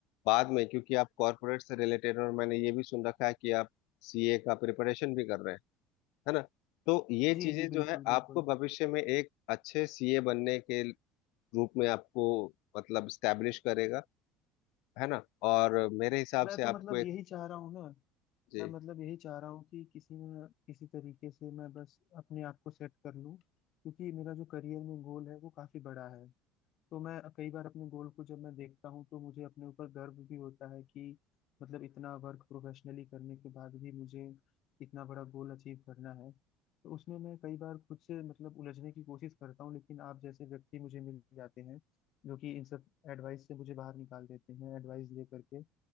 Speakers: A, on the left; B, on the left.
A: बाद में क्योंकि आप कॉरपोरेट से रिलेटेड और मैंने ये भी सुन रखा है कि आप सीए का प्रिपरेशन भी कर रहे हैं है ना तो ये
B: जी
A: चीजें
B: जी बिल्कुल
A: जो है
B: बिल्कुल
A: आपको भविष्य में एक अच्छे सीए बनने के रूप में आपको मतलब स्टैब्लिश करेगा है ना और मेरे हिसाब
B: मैं
A: से
B: तो
A: आपको
B: मतलब
A: एक
B: यही चाह रहा हूँ ना
A: जी
B: मैं मतलब यही चाह रहा हूँ कि किसी न किसी तरीके से मैं बस अपने आप को सेट कर लूँ क्योंकि मेरा जो करियर में गोल है वो काफ़ी बड़ा है तो मैं कई बार अपने गोल को जब मैं देखता हूँ तो मुझे अपने ऊपर गर्व भी होता है कि मतलब इतना वर्क प्रोफेशनली करने के बाद भी मुझे इतना बड़ा गोल अचीव करना है तो उसमें मैं कई बार खुद से मतलब उलझने की कोशिश करता हूँ लेकिन आप जैसे व्यक्ति मुझे मिल जाते हैं जो कि इन सब एडवाइस से मुझे बाहर निकाल देते हैं एडवाइस दे करके